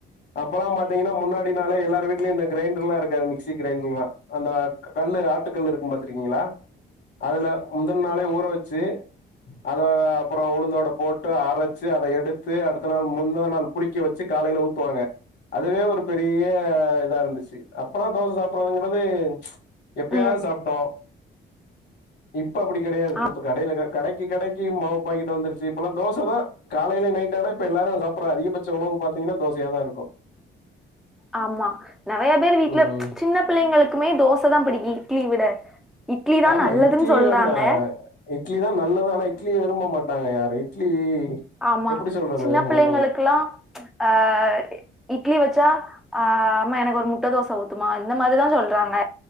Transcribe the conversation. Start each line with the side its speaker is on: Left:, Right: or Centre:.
Left: அப்பல்லா பாத்தீங்கன்னா முன்னாடினாலே எல்லாரு வீட்லயு இந்த கிரேண்டர்லா இருக்காது மிக்சி கிரேண்டர்ல்லா அந்த கல்லு ஆட்டுக்கல்லு இருக்கும் பாத்துருக்கீங்களா அதுல முந்தன நாளே ஊற வச்சி அத அப்புறம் உளுந்தோட போட் டு அரைச்சி அத எடுத்து அடுத்த நாள் முந்தன நாள் புளிக்க வச்சி காலையில ஊத்துவாங்க அதுவே ஒரு பெரிய இதா இருந்துச்சி அப்பல்லாம் தோச சாப்பறங்கிறது எப்பயாவது
Centre: ம்
Left: சாப்ட்டோம் இப்ப அப்டி கெடையாது
Centre: ஆ
Left: இப்ப கடைல கடைக்கு கடை க்கு மாவு பாக்கெட்டு வந்துருச்சி இப்பல்லா தோசதா காலைல நைட்டானா இப்ப எல்லாரு சாப்பற அதிகபட்ச உணவு பாத்தீங்கன்னா தோசயா தா இருக்கும்
Centre: ஆமா நறையா பேரு வீட்ல
Left: ம்
Centre: சின்ன பிள்ளைங்களுக்குமே தோசதா பிடிக்கு இட்லிய விட இட்லி தா
Left: ஆமா
Centre: நல்லதுன்னு
Left: இட்லி
Centre: சொல்றாங்க
Left: வந்து இட்லி தா நல்லது ஆனா இட்லி விரும்ப மாட்டாங்க யாரும் இட்லி
Centre: ஆமா
Left: எப்படி சொல்றது
Centre: சின்ன பிள்ளைங்களுக்குலா
Left: ம்
Centre: ஆ இட்லி வச்சா ஆ ஆமா எனக்கு ஒரு முட்ட தோச ஊத்துமா இந்த மாதிரிதா சொல்றாங்க